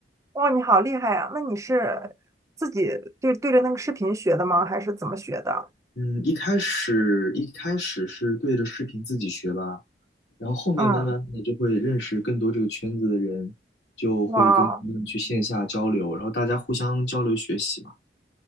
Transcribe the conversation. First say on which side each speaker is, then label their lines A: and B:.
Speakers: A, on the right; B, on the left.
A: 哇，你好厉害啊！那你是自己对对着那个视频学的吗？还是怎么学的？
B: 嗯，一开始一开始是对着视频自己学吧，然后后面慢慢的就会认识更多这个圈子的人，
A: 嗯，
B: 就会跟他们去线下交流，
A: 哇哦
B: 然后大家互相交流学习嘛。